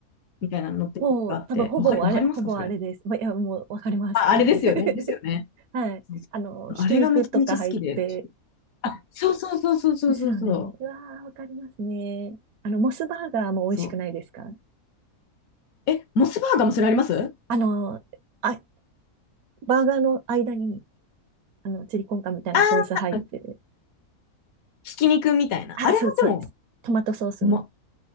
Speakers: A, on the left; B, on the right.
A: みたいなの乗ってるやつがあって、
B: もう、多分、ほぼあれ、
A: わかり、わかりますか、
B: ほぼあれです。
A: それ。
B: まいや、もう、わかります。
A: あ、あれですよね。
B: <laughs>
A: ですよね。
B: はい。
A: そうそうあれがめちゃめちゃ好きで。
B: あの、ひき肉とか入って。
A: あ、そうそうそうそうそうそうそう。
B: ですよね。うわー、わかりますね。あの、モスバーガーも美味しくないですか
A: そう。え、モスバーガーもそれあります
B: あの、あ、バーガーの間に、あの、チリコンカンみたいなソース入ってる。
A: あーひき肉みたいな。
B: あ、
A: あれもでも、
B: そう、そうです。トマトソースの。
A: ま、